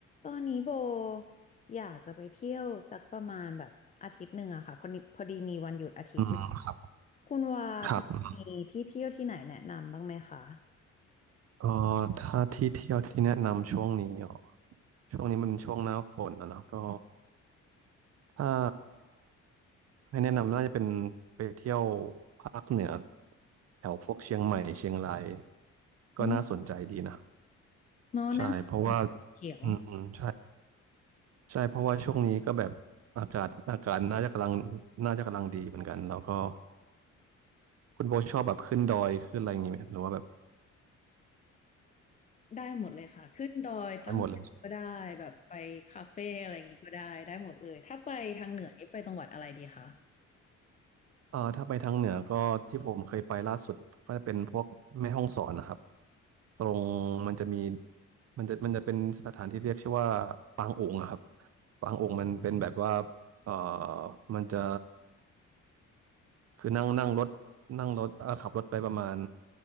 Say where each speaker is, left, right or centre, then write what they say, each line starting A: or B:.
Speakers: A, on the left (about 25°); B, on the right (about 55°).
A: ตอนนี้โบอยากจะไปเที่ยวสักประมาณแบบอาทิตย์หนึ่งอะค่ะพอดีพอดีมีวันหยุดอาทิตย์หนึ่ง
B: อืมครับ
A: คุณว่าพอมีที่เที่ยวที่ไหนแนะนำบ้างไหมคะ
B: ครับเอ่อถ้าที่เที่ยวที่แนะนำช่วงนี้อ๋อช่วงนี้มันช่วงหน้าฝนนะเนาะก็ถ้าให้แนะนำน่าจะเป็นไปเที่ยวภาคเหนือแถวพวกเชียงใหม่เชียงรายก็น่าสนใจดีนะ
A: อืมเนอะหน้า
B: ใช่เพราะว่า
A: เขียว
B: อืมอืมใช่ใช่เพราะว่าช่วงนี้ก็แบบอากาศอากาศน่าจะกำลังน่าจะกำลังดีเหมือนกันแล้วก็คุณโบชอบแบบขึ้นดอยขึ้นอะไรอย่างงี้ไหมครับหรือว่าแบบ
A: ได้หมดเลยค่ะขึ้นดอยตั้งแคมป์ก็ได้แบบไปคาเฟ่อะไรอย่างงี้ก็ได้ได้หมดเลยถ้าไปทางเหนือนี่ไปจังหวัดอะไรดีคะ
B: ได้หมดเลย เอ่อถ้าไปทางเหนือก็ที่ผมเคยไปล่าสุดก็จะเป็นพวกแม่ฮ่องสอนนะครับตรงมันจะมีมันจะมันจะเป็นสถานที่เรียกชื่อว่าปางโอ่งอะครับปางโอ่งมันเป็นแบบว่าเอ่อมันจะคือนั่งนั่งรถนั่งรถเอ่อขับรถไปประมาณ